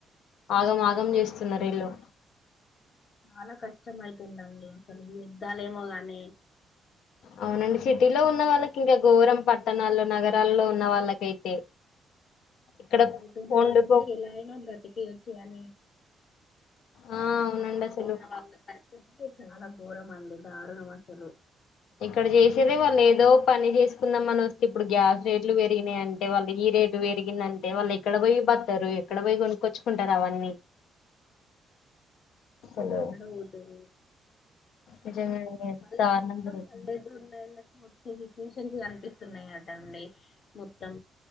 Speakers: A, on the left (about 80°); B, on the left (about 50°).
A: ఆగం ఆగం చేస్తున్నారు ఈళ్ళు
B: చాలా కష్టం అయితుందండి అసలు యుద్దాలేమో గానీ
A: అవునండి సిటీలో ఉన్న వాళ్ళకి ఇంకా ఘోరం పట్టణాల్లో నగరాల్లో ఉన్న వాళ్ళకైతే ఇక్కడ
B: పల్లెటూర్లో
A: వండుకో
B: అంటే ఎలా అయినా బ్రతికేయోచ్చు అని
A: ఆ అవునండి
B: టే
A: అసలు
B: చాలా ఘోరం అంది దారుణమసలు
A: ఇక్కడ చేసేదే వాళ్ళు ఏదో పని చేసుకుందాంమని వస్తే ఇప్పుడు గ్యాస్ రేట్లు పెరిగినాయి అంటే వాళ్ళు ఈ రేటు పెరిగిందంటే వాళ్ళు ఎక్కడ పోయి పడతారు ఎక్కడ పోయి కొనుక్కొచ్చుకుంటారు అవన్నీ అసలు
B: క్కడ ఓదురు
A: నిజంగానే ఎంత
B: మళ్ళ
A: దారుణం
B: మొత్తం
A: జరుగుతుంది
B: పల్టూర్లో వచ్చే సిచ్యువేషన్స్ కనిపిస్తున్నాయి కద అండి మొత్తం